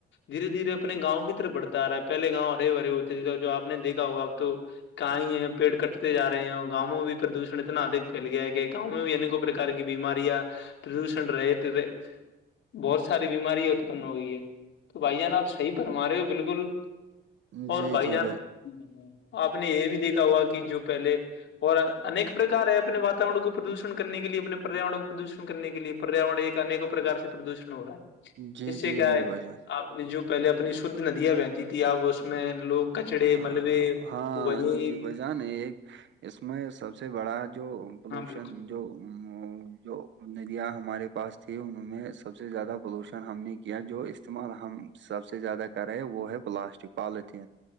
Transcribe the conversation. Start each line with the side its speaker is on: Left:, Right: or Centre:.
Left: دھیرے دھیرے اپنے گاؤں کی طرف بڑھتا رہا ہے پہلے گاؤں ہرے بھرے ہوتے تھے تو ج آپ نے دیکا ہوگا اب تو کہئی ہیں پیڑ کٹتے ج رہے ہیں اور گاؤں میں بھی پردوشن اتنا ادھک پھیل گیا ہے کہ گاؤں میں یعنی کو پرکار کی بیماریاں پردوشن رہے تھے بہت ساری بیمارییاں اتپن ہو گئی ہے تو بھائی جان آپ صحیح بھرما رہے ہو بالکل
Right: جی
Left: اور بھائی
Right: جی
Left: جان آپ نے یہ بھی دیکھا ہوا کہ جو پہلے اور ایک پرکار ہے اپنے وااتاورن کو پردوشن کرنے کے لیے اپنے پریاور کو پردوشن کرنے کے لیے پریاور ایک انیکوں پرکار سے پردوشن ہوگا ہے
Right: جی
Left: اس سے
Right: جی
Left: کیا
Right: جی
Left: ہے
Right: بھائی جان
Left: آپ نے جو پہلے اپنی شھ ندیاں بہنتی تھی آپ اس میں لوگ کچڑے
Right: ہ
Left: ملبے
Right: ہاں
Left: وہی
Right: جی جی بھ جان ایک اس میں سب سے بڑا جو
Left: ہاں
Right: پولوشن
Left: بالکل
Right: جو جو ندیاں ہمارے پاس تیں ان میں سب سے زیادہ پولوشن ہم نے کیا جو استعمال ہم سب سے زیادہ ا ہے وہ ہے پلاسٹک پالیتھیین